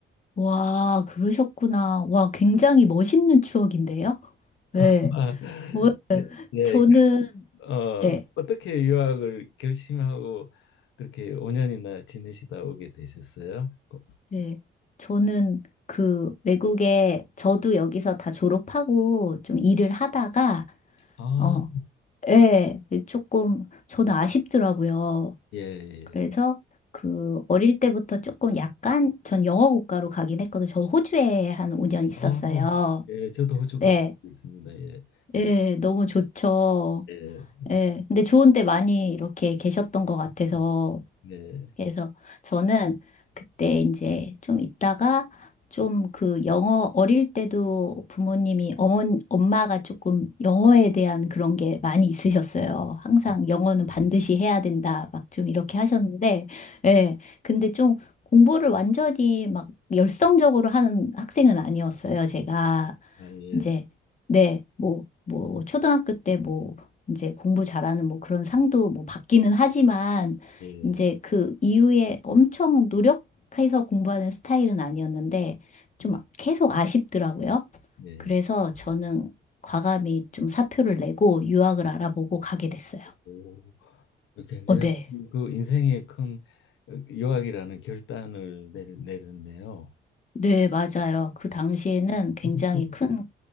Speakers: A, on the left; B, on the left.
A: 와, 그러셨구나. 와, 굉장히 멋있는 추억인데요? 네.
B: <laughs>
A: 네.
B: 예,
A: 저는,
B: 어,
A: 네.
B: 어떻게 유학을 결심하고 그렇게 5년이나 지내시다 오게 되셨어요? 어,
A: 네, 저는 그 외국에 저도 여기서 다 졸업하고 좀 일을 하다가
B: 아,
A: 어, 예, 네, 조금 저는 아쉽더라고요.
B: 예, 예.
A: 그래서 그 어릴 때부터 조금 약간 전 영어 국가로 가긴 했거든요. 저 호주에 한 5년 있었어요.
B: 아, 예, 저도 호주
A: 네,
B: 가보고 있습니다. 예,
A: 예, 너무 좋죠.
B: 예,
A: 예, 근데 좋은 데 많이 이렇게 계셨던 것 같아서
B: 네,
A: 그래서 저는 그때 이제 좀 있다가 좀 그 영어 어릴 때도 부모님이 어머 엄마가 조금 영어에 대한 그런 게 많이 있으셨어요. 항상 영어는 반드시 해야 된다 막 좀 이렇게 하셨는데 예. 근데 좀 공부를 완전히 막 열성적으로 하는 학생은 아니었어요, 제가.
B: 아, 예,
A: 이제 네, 뭐, 뭐, 초등학교 때 뭐, 이제 공부 잘하는 뭐 그런 상도 뭐 받기는 하지만,
B: 예,
A: 이제 그 이후에 엄청 노력해서 공부하는 스타일은 아니었는데
B: 네,
A: 좀 계속 아쉽더라고요.
B: 네.
A: 그래서 저는 과감히 좀 사표를 내고 유학을 알아보고 가게 됐어요.
B: 오, 굉장히
A: 어, 네.
B: 그 인생의 큰 어, 유학이라는 결단을 내리, 내렸네요.
A: 네, 맞아요. 그 당시에는 굉장히
B: 어
A: 큰,